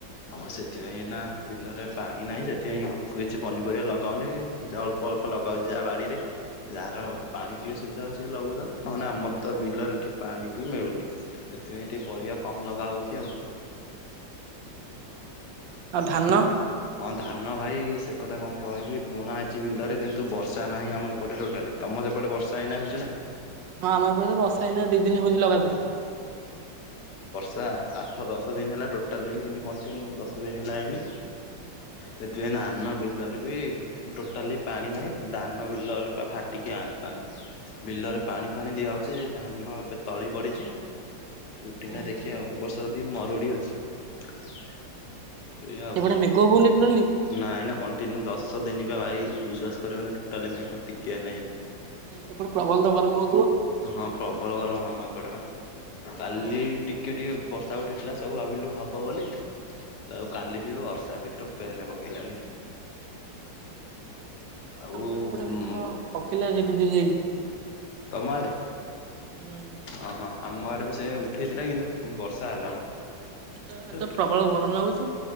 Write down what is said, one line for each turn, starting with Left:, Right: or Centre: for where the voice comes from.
Left: ଆମର ସେଥିପାଇଁ ଏଇନା ବିଲରେ ପାଣି ନାହିଁ। ସେଥିପାଇଁ କିଛି ପନିପରିବା ଲଗାହଉନି ଏଇଆ। ଚି ଅଳ୍ପ ଅଳ୍ପ ଲଗାହଉଛି ଯାହା ବାଡି ରେ। ଯାହାର ପାଣି ଟିକେ ସୁବିଧା ହଉଛି ସିଏ ଲଗଉଛନ୍ତି। ନହଲେ ଆମର ତ ବିଲରେ ଏଠି ପାଣି ବି ମିଳୁନି। ସେଥିପାଇଁ ଟିକେ ପରିବା କମ ଲଗା ହଉଛି ଆଉ।
Right: ଆଉ ଧାନ?
Left: ହଁ ଧାନ ଭାଇ ସେ କଥା କଣ କହିବି। ବୁଣା ହେଇଛି ବିଲରେ କିନ୍ତୁ ବର୍ଷା ନାହିଁ, ଆମ ଏପଟେ ଟୋଟାଲି ତମ ସେପଟେ? ସେପଟେ ବର୍ଷା ଏଇନା ହେଇଛି ନା?
Right: ହଁ ଆମ ଏପଟେ ତ ବର୍ଷା ହେଇନା ଦି ଦିନ ହଉଛି ଲଗାତାର।
Left: ପ୍ରାୟ ଆଠ ଦଶ ଦିନ ହେଲା ଟୋଟାଲିନ କଣ୍ଟିନ୍ୟୁ ଦଶ ଦିନ ହେଲା ହେଇନି? ସେଥିପାଇଁ ଧାନ ବିଲରେ ବି ଟୋଟାଲି ପାଣି ନାହିଁ ଧାନ ବିଲରେ ଫାଟ କାଟିକି ଆ ପାଣି ବିଲରେ ପାଣି ଫାଣି ଦିଆହଉଛି ଧାନ ଏବେ ତଳି ପଡିଛି? ଗୋଟେ
Right: ହୁଁ
Left: ନା ଦେଖିବା
Right: ହୁଁ।
Left: ଆଉ ଏ ବର୍ଷ ତ ବି ମରୁଡି ଅଛି? ଏଇୟା ଆଉ
Right: ସେପଟେ ମେଘ ହଉନି ଟୋଟାଲି
Left: ନା ଏଇନା କଣ୍ଟିନ୍ୟୁ ଦଶ ଦିନ ବାଲା ବିଶ୍ଵାସ କରିବନି ଟୋଟାଲି ମେଘ ଟିକିଏ ନହିନି।
Right: ସେପଟେ ପ୍ରବଳ ତ ଗରମ ହଉଥିବ?
Left: ହଁ ପ୍ରବଳ ଗରମ ଆମ ଏପଟେ ବା କାଲି
Right: ଓହୋ।
Left: ଟିକେ ଟିକେ ବର୍ଷା ବର୍ଷା ଉଠି ଥିଲା ସବୁ ଭାବିଲୁ ହବ ବୋଲି ଆଉ କାଲି ବି ବର୍ଷା ବି ଟୋପ ହେଲେ ପକେଇଲାନି। ଆଉ
Right: ଆମ
Left: ଉଁ
Right: କାଲି ଏପଟେ ମେଘ ପକେଇଲା ଝିପିଝିପି ହେଇକି।
Left: ତମ ଆଡ଼େ
Right: ହୁଁ
Left: ଓ ହଁ? ଆମ ଆଡେ ବି ସେ ଉଠେଇଥିଲା କିନ୍ତୁ ବର୍ଷା ହେଲାଣି।
Right: ଆଜି ତ ଆଜି ତ ପ୍ରବଳ ଗରମ ଲାଗୁଛି